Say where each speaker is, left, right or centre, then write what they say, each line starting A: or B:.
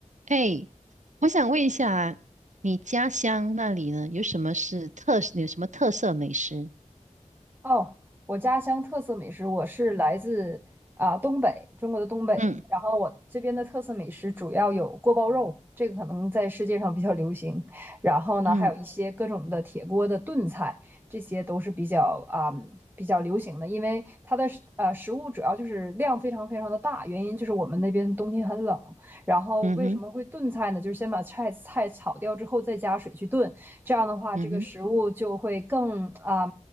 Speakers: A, on the right; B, on the right.
A: 哎，我想问一下，你家乡那里呢，有什么是特，有什么特色美食？
B: 哦，我家乡特色美食，我是来自啊、东北，中国的东北。
A: 嗯
B: 然后我这边的特色美食主要有锅包肉，这个可能在世界上比较流行。然后呢，
A: 嗯
B: 还有一些各种的铁锅的炖菜，这些都是比较啊、比较流行的。因为它的食呃食物主要就是量非常非常的大，原因就是我们那边冬天很冷。然后为什么会炖菜呢？
A: 嗯哼
B: 就是先把菜菜炒掉之后，再加水去炖，这样的话，
A: 嗯哼
B: 这个食物就会更啊。